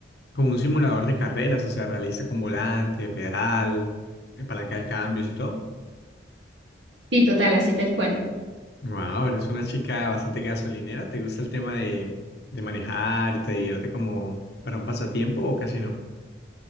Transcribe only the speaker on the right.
Sí, total, así tal cual.